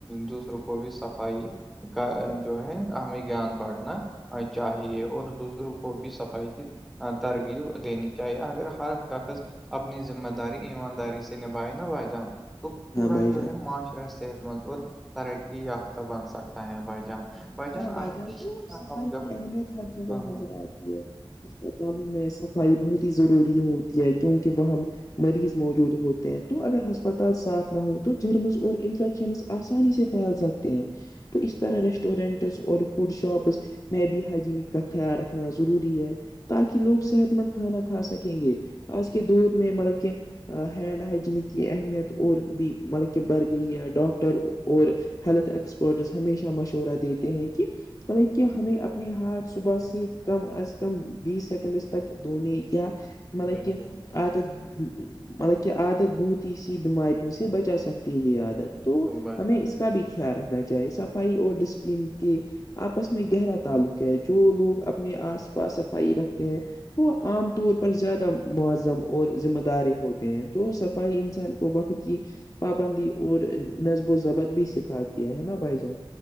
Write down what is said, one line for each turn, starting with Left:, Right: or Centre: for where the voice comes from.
Centre: دوسروں کو بھی صفائی کا جو ہے ہمیں گیان بانٹنا چاہیے اور دوسروں کو بھی صفائی کی ترغیب دینی چاہیے اگر ہر شخص اپنی ذمہ داری ایمانداری سے نبھائے نہ بھائی جان تو پورا
Left: ہاں بھائی
Centre: جو
Left: جان
Centre: ہے معاشرہ صحت مند اور ترقی یافتہ بن سکتا ہے بھائی جان
Left: ہاں
Centre: ہم
Left: بھائی جان
Centre: دیکھتے
Left: تو صفائی
Centre: ہیں نا، ہم جب
Left: کی اہمیت ہر جگہ
Centre: ہاں
Left: نظر
Centre: ہاں
Left: آتی ہے اسسپتالوں میں صفائی بہت ہی ضروری ہوتی ہے کیونکہ وہ مریض موجود ہوتے ہیں تو اگر ہسپتال صاف نہ ہو تو جرمز اور انفیکشنس آسانی سے پھیل سکتے ہیں تو اس طرح رش رٹورینٹس اور فوڈ شاپس میں بھی ہائجینک کا خیال رکھنا ضروری ہے تاکہ لوگ صحت مند کھانا کھا سکیں گے آج کے دور میں مطلب کہ ہینڈ ہائجینک کی اہمیت اور بھی مطلب کہ بڑھ گئی ہے ڈاکٹر اور ہیلتھ ایکسپرٹس ہمیشہ مشورہ دیتے ہیں کہ مطلب کہ ہمیں اپنے ہاتھ صبح سے کم از کم بیس سیکنڈ تک دھونے یا مطلب
Centre: بالکل
Left: کہ عادت مطلب کہ عادت بہت ہی سی بیماریوں سے بچا سکتی ہے یہ عادت
Centre: بالکل
Left: تو
Centre: بھائی
Left: ہمیں
Centre: جان
Left: اس
Centre: بالکل
Left: کا بھی خیال رکھنا چاہیے صفائی اور ڈسپلین کے آپس میں گہرا تعلق ہے جو لوگ اپنے آس پاس صفائی رکھتے ہیں وہ عام طور پر زیادہ معذم اور ذمہ داری ہوتے ہیں تو صفائی انسان کو وقت کی پابندی اور نصب و ضبط بھی سکھاتی ہے نا بھائی جان